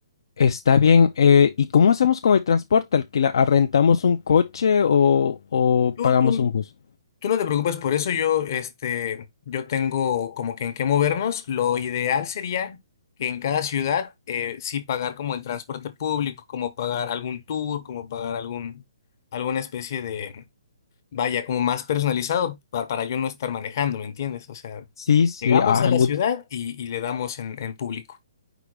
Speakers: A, on the left; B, on the left.
A: está bien. Eh, ¿y cómo hacemos con el transporte? ¿Alquila, arrendamos un coche o, o
B: Tú,
A: pagamos
B: tú-
A: un bus?
B: tú no te preocupes por eso, yo, este, yo tengo como que en qué movernos. Lo ideal sería que en cada ciudad eh, sí pagar como el transporte público, como pagar algún tour, como pagar algún, alguna especie de, vaya, como más personalizado para, para yo no estar manejando, ¿me entiendes? O sea,
A: Sí, sí.
B: llegamos
A: Ah,
B: a la
A: mu-
B: ciudad y, y le damos en en público.